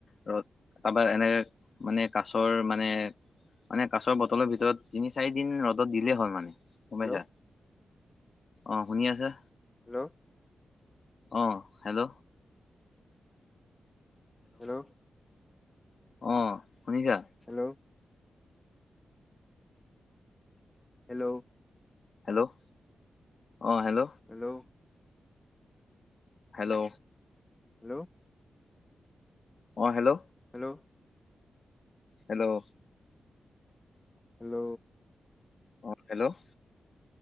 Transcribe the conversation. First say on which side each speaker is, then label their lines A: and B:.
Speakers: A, on the left; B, on the left.
A: ৰ তাৰপা এনেক মানে কাছৰ, মানে মানে কাছৰ বটলৰ ভিতৰত। তিনি চাৰি দিন ৰ'দত দিলেই হ'ল মানে, গম
B: হেল্ল'
A: পাইচা, অ শুনি আছা?
B: হেল্ল'।
A: অ হেল্ল'।
B: হেল্ল'।
A: অ শুনিছা?
B: Hello hello.
A: হেল্ল' অ হেল্ল'।
B: Hello
A: hello.
B: হেল্ল'!
A: অ হেল্ল'।
B: হেল্ল'!
A: হেল্ল'!
B: হেল্ল'!
A: অ hello,